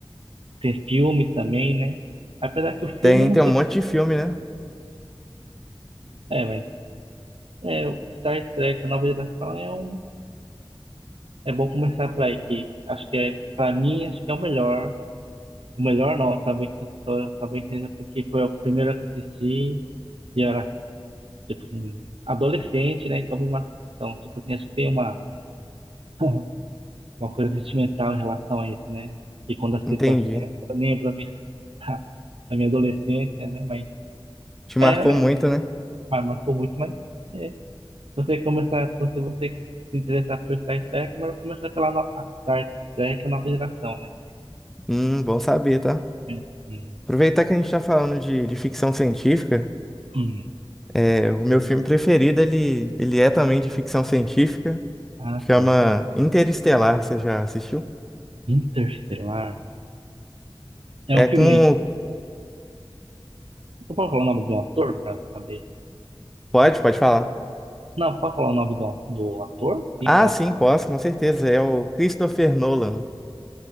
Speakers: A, on the right (about 75°); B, in the centre.
A: Tem filmes também, né? Apesar que o filme
B: Tem,
A: eu não
B: tem
A: sei.
B: um monte de filme, né?
A: É, mas É, o Star Trek, a nova geração é um. É bom começar por aí, que acho que é, pra mim, acho que é o melhor. O melhor não, talvez, talvez seja porque foi o primeiro que assisti e eu era, tipo assim, adolescente, né? Então me marcou. Então, tipo assim, acho que tem uma, <laughs> uma coisa sentimental em relação a isso, né? E quando assisto
B: Entendi.
A: a série, eu lembro a minha, <laughs> a minha adolescência, né? Mas,
B: Te marcou
A: é,
B: muito, né?
A: mas marcou muito, mas. é, Você começar, se você se interessar por Star Trek, melhor começar pela no- a Star Trek, a nova geração, né?
B: Hum, bom saber, tá?
A: É, é,
B: Aproveitar que a gente tá falando de, de ficção científica,
A: hum,
B: é, o meu filme preferido, ele, ele é também de ficção científica.
A: ah,
B: Chama
A: sim.
B: Interestelar, você já assistiu?
A: Interstellar. É
B: É
A: um filme.
B: com.
A: Você pode falar o nome de um ator pra saber?
B: Pode, pode falar.
A: Não, pode falar o nome do, do ator? Sim,
B: Ah,
A: para
B: sim, posso, com certeza. É o Christopher Nolan.